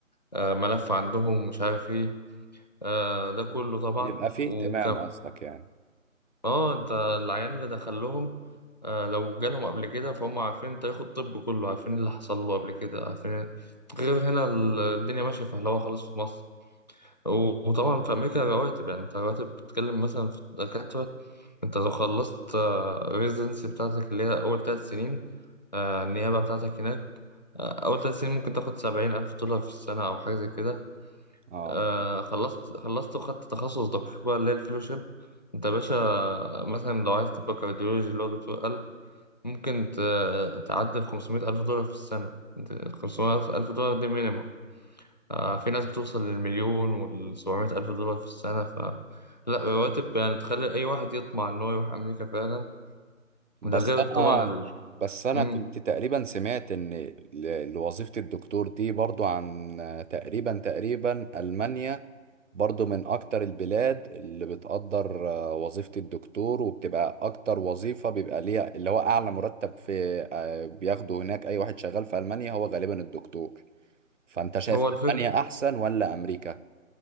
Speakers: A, on the left; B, on the right.
A: آه، ملف عندهم مش عارف ايه آه، ده كله طبعا
B: بيبقى فيه
A: وكم
B: اهتمام قصدك يعني
A: اه انت العيان اللي دخلهم آه، لو جالهم قبل كده فهم عارفين انت ياخد الطب كله عارفين اللي حصل له قبل كده عارفين غير هنا ال- الدنيا ماشية فهلوة خالص في مصر و- وطبعا في أمريكا رواتب يعني انت رواتب بتتكلم مثلا في الدكاترة انت لو خلصت ريزنسي بتاعتك اللي هي أول تلات سنين آه، النيابة بتاعتك هناك آه، أول تلات سنين ممكن تاخد سبعين ألف دولار في السنة أو حاجة زي كده
B: اه
A: آه خلصت خلصت وخدت تخصص دقيق بقى اللي هي الفيلوشيب انت يا باشا مثلا لو عايز تبقى كارديولوجي اللي هو دكتور قلب ممكن ت- تعدل 500 ألف دولار في السنة 500 ألف دولار دي مينيمم آه في ناس بتوصل للمليون وال700 ألف دولار في السنة ف لا رواتب يعني تخلي أي واحد يطمع إن هو يروح أمريكا فعلا
B: بس
A: وده غير
B: انا
A: طبعا ال...
B: بس انا
A: مم.
B: كنت تقريبا سمعت ان ل- لوظيفة الدكتور دي برضو عن تقريبا تقريبا المانيا برضو من اكتر البلاد اللي بتقدر آه، وظيفة الدكتور وبتبقى اكتر وظيفة بيبقى ليها اللي هو اعلى مرتب في آه، بياخده هناك اي واحد شغال في المانيا هو غالبا الدكتور فانت شايف
A: هو الفكرة
B: المانيا احسن ولا امريكا